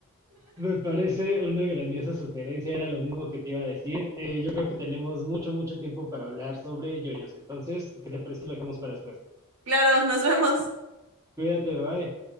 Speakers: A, on the right (about 15°); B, on the right (about 85°).
A: me parece una grandiosa sugerencia, era lo mismo que te iba a decir. Eh, yo creo que tenemos mucho, mucho tiempo para hablar sobre yoyos. Entonces, ¿qué te parece si lo dejamos para después?
B: Claro, nos vemos.
A: Cuídate, bye.